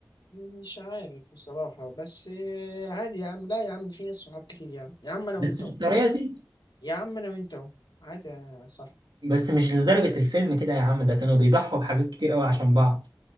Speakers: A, on the left; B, on the right.
A: مش عارف بصراحه بس آه، عادي يا عم لا يا عم في ناس صحاب كتير يا عم يا عم انا
B: بس
A: وانت
B: بالطريقه
A: أهو.
B: دي
A: يا عم انا وانت أهو. عادي يا صاحبي
B: بس مش لدرجه الفيلم كده يا عم ده كانوا بيضحوا بحاجات كتير قوي عشان بعض